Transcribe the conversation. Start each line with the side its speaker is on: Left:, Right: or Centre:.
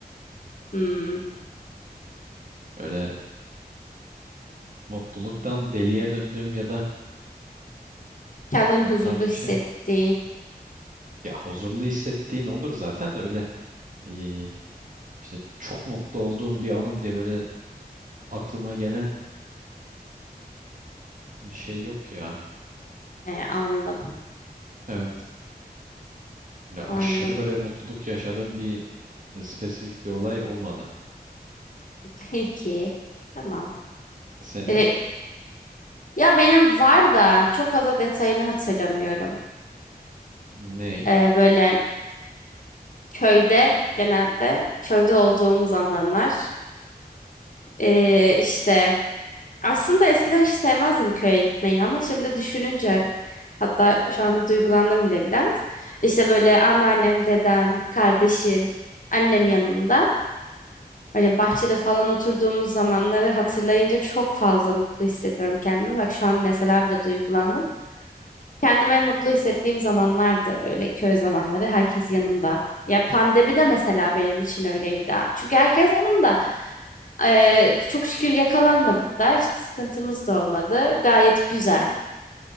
Left: Hmm.
Right: Öyle mutluluktan deliye döndüğüm ya da
Left: Kendini
Right: o
Left: huzurlu
Right: tarz
Left: hissettiğin.
Right: bir şey. Ya huzurlu hissettiğin olur zaten de öyle eee, işte çok mutlu olduğum bir anım diye böyle aklıma gelen bir şey yok ya.
Left: He, anladım.
Right: Evet. Ya
Left: Anladım.
Right: aşırı böyle mutluluk yaşadığım bir e, spesifik bir olay olmadı.
Left: <laughs> Peki. Tamam.
Right: Senin?
Left: Böyle- ya benim var da çok fazla detayını hatırlamıyorum.
Right: Ney?
Left: Ee, böyle köyde genelde köyde olduğum zamanlar ee, işte aslında eskiden hiç sevmezdim köye gitmeyi ama şimdi düşününce hatta şu an duygulandım bile biraz. İşte böyle anneannem, dedem, kardeşim, annem yanımda. Böyle bahçede falan oturduğumuz zamanları hatırlayınca çok fazla mutlu hissediyorum kendimi. Bak şu an mesela bile duygulandım. Kendime mutlu hissettiğim zamanlardı öyle köy zamanları herkes yanımda. Ya pandemi de mesela benim için öyleydi. Çünkü herkes yanımda. Ee, çok şükür yakalanmadık da hiçbir sıkıntımız da olmadı. Gayet güzel.